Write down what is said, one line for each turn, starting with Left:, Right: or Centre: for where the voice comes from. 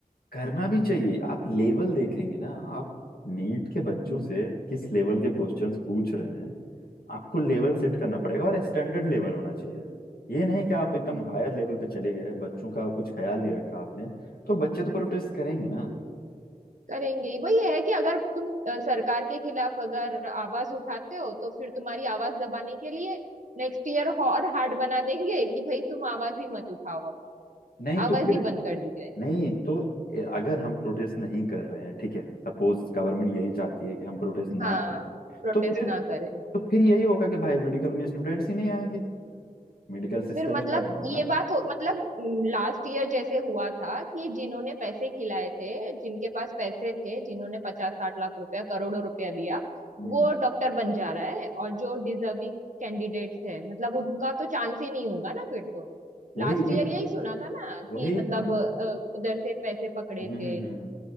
Left: करना भी चाहिए आप लेवल देखेंगे ना आप नीट के बच्चों
Right: हम्म,
Left: से किस लेवल के क्वेश्चंस पूछ रहे हैं आपको लेवल सेट करना पड़ेगा और स्टैंडर्ड लेवल होना चाहिए ये नहीं कि आप एकदम
Right: अच्छा।
Left: हायर लेवल पे चले गए बच्चों का कुछ ख्याल नहीं रखा आपने तो बच्चे तो प्रोटेस्ट करेंगे ना
Right: करेंगे ही। वही है कि अगर तुम अ, सरकार के खिलाफ अगर आवाज उठाते हो तो फिर तुम्हारी आवाज दबाने के लिए नेक्स्ट ईयर और हार्ड बना देंगे कि भाई तुम आवाज ही मत उठाओ अब
Left: नहीं तो
Right: आवाज
Left: फिर
Right: ही बंद कर दी जाए
Left: नहीं तो ए, अगर हम प्रोटेस्ट नहीं कर रहे हैं ठीक है सपोज गवर्नमेंट यही चाहती है कि हम प्रोटेस्ट ना
Right: हाँ
Left: करें
Right: प्रोटेस्ट
Left: तो फिर
Right: ना करें
Left: तो फिर यही होगा कि भाई मेडिकल में स्टूडेंट्स ही नहीं आएंगे मेडिकल सिस्टम
Right: फिर मतलब
Left: जो है हमारा
Right: ये बात हो मतलब लास्ट ईयर जैसे हुआ था कि जिन्होंने पैसे खिलाए थे जिनके पास पैसे थे जिन्होंने पचास साठ लाख रुपया करोड़ों रुपया दिया
Left: हम्म,
Right: वो डॉक्टर बन जा रहा है और जो डिजर्विंग कैंडिडेट्स है मतलब उनका तो चांस ही नहीं होगा ना फिर तो
Left: वही
Right: लास्ट
Left: वही
Right: ईयर यही सुना था ना कि
Left: वही
Right: मतलब
Left: तुम
Right: अ, उधर से पैसे पकड़े
Left: हम्म
Right: थे
Left: हम्म हम्म, हम्म।